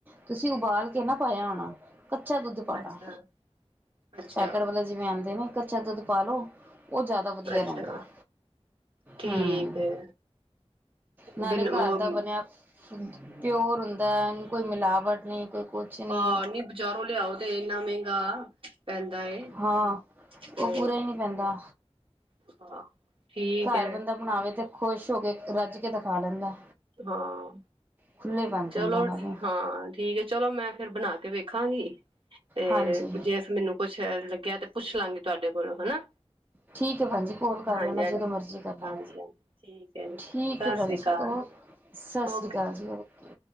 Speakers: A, on the right (about 15°); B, on the right (about 55°).
A: ਤੁਸੀਂ ਉਬਾਲ ਕੇ ਨਾ ਪਾਇਆ ਹੋਣਾ। ਕੱਚਾ ਦੁੱਧ ਪਾਉਣਾ।
B: ਅੱਛਾ ਅੱਛਾ
A: ਪੈਕਟ ਵਾਲੇ ਜਿਵੇਂ ਆਉਂਦੇ ਨੇ ਕੱਚਾ ਦੁੱਧ ਪਾਲੋ। ਉਹ ਜ਼ਿਆਦਾ ਵਧੀਆ
B: ਅੱਛਾ
A: ਰਹਿੰਦਾ ਹੈ।
B: ਠੀਕ
A: ਹਮ,
B: ਹੈ
A: ਨਾਲੇ
B: ਬਿਨ ਉਹ
A: ਘਰ ਦਾ ਬਣਿਆ, <unintelligible> ਪਿਓਰ ਹੁੰਦਾ ਨੂੰ ਕੋਈ ਮਿਲਾਵਟ ਨਹੀਂ ਕੋਈ ਕੁਛ ਨੀ
B: ਹਾਂ ਬਜ਼ਾਰੋਂ ਲਿਆਓ ਤੇ ਇੰਨਾ ਮਹਿੰਗਾ ਪੈਂਦਾ ਏ
A: ਹਾਂ,
B: ਤੇ
A: ਉਹ ਪੂਰਾ ਹੀ ਨਹੀਂ ਪੈਂਦਾ।
B: ਹਾਂ ਠੀਕ
A: ਘਰ
B: ਹੈ
A: ਬੰਦਾ ਬਣਾਵੇ ਤੇ, ਖੁਸ਼ ਹੋ ਕੇ ਰੱਜ ਦਿਖਾ ਲੈਂਦਾ
B: ਹਾਂ
A: ਖੁੱਲੇ ਬਣ
B: ਚਲੋ
A: ਜਾਂਦਾ ਨਾਲੇ
B: ਹਾਂ ਠੀਕ ਹੈ ਚਲੋ ਮੈਂ ਫੇਿਰ ਬਣਾ ਕੇ ਵੇਖ ਖਾਂਗੀ ਤੇ
A: ਹਾਂਜੀ
B: ਜੇ ਅ ਮੈਨੂੰ ਕੁਛ ਲੱਗਿਆ ਤੇ ਪੁੱਛ ਲਾਂਗੇ ਤੁਹਾਡੇ ਕੋਲੋਂ ਹਨਨਾ
A: ਠੀਕ ਹੈ ਭੈਣ ਜੀ ਕੋਲ ਕਰ
B: ਹਾਂਜੀ
A: ਲੈਣਾ
B: ਹ
A: ਜਦੋਂ ਮਰਜ਼ੀ ਕਰਨਾ।
B: ਹਜੀ ਹ ਠੀਕ ਹੈ ਜੀ
A: ਠੀਕ
B: ਸਤ
A: ਹੈ ਭੈਣ
B: ਸ੍ਰੀ
A: ਜੀ
B: ਅਕਾਲ
A: ਓ ਸਤਿ ਸ਼੍ਰੀ
B: ਓਕੇ
A: ਅਕਾਲ ਜੀ ਓਕੇ।